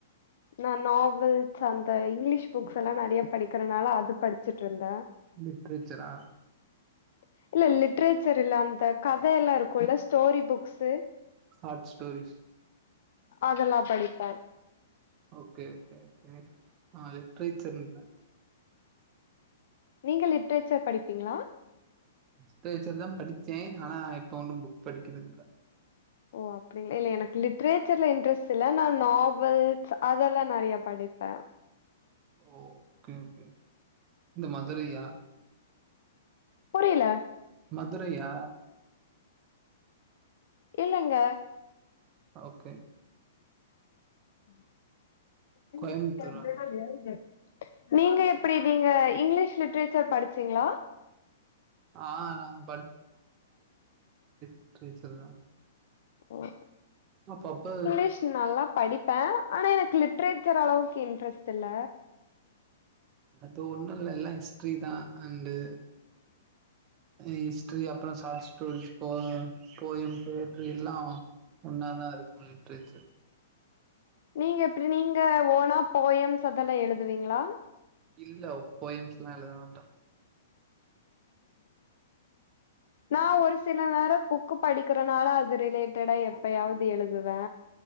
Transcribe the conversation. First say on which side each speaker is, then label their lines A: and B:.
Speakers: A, on the left; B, on the right.
A: நா நாவல்ஸ் அந்த இங்கிலீஷ் புக்ஸ் எல்லா நெறைய படிக்கறனால அது படிச்சுட்டு இருந்தே
B: லிட்ரேச்சரா
A: <inaudible> இல்ல லிட்ரேச்சர் இல்ல அந்த கத எல்லா இருக்குல்ல ஸ்டோரி புக்ஷ்சு
B: ஷார்ட்ஸ் ஸ்டோரிஸ்
A: அதெல்லா படிப்பே
B: ஓகே ஓகே ஒகே நா லெட்ட்ரீச்சன்னே
A: நீங்க லிட்ரேச்சர் படிப்பீங்களா
B: லிட்ரேச்சர் தா படிச்சே ஆனா இப்ப ஒன்னு புக் படிக்கரது இல்ல
A: ஓ அப் இல்ல இல்ல எனக்கு லிட்ரேச்சர்ல இன்ட்ரெஸ்ட் இல்ல நா நாவல்ஸ் அதெல்லா நெறையா படிப்பே
B: ஓ ஓகே ஓகே இந்த மதுரையா
A: புரியல
B: மதுரையா
A: இல்லங்க
B: ஓகே
A: <unintelligible>
B: கோயம்புத்தூரா
A: நீங்க எப்படி ரீங்க இங்லீஷ் லிட்ரேச்சர் படிச்சீங்ளா
B: ஆ ரம் லிட்ரேச்சர்
A: <inaudible> ஓ
B: ஆ பப்பு
A: இஸ் நல்லா படிப்பே ஆனா எனக் லிட்ரேச்சர் அளவுக் இன்ட்ரெஸ்ட் இல்ல
B: அது ஒண்ணு இல்ல எல்லா ஹிஸ்ட்ரி தா அண்டு ஹிஸ்ட்ரி அப்பறோ ஷாட் ஸ்டோரிஸ் போ போயம் போட்ரி எல்லா ஆஆ ஒன்னாதா இருக்கு லிட்ரேச்சுர்
A: நீங்க எப்டி நீங்க ஓனா போயம்ஸ் அதெல்லா எழுதுவீங்ளா
B: இல்லாவ் போய்ம்ஸ்லா எழுத மாட்டா
A: நா ஒரு சில நேர புக் க்கு படிக்கறனால அது ரிலேட்டடா எப்பயாவ்து எழுதுவே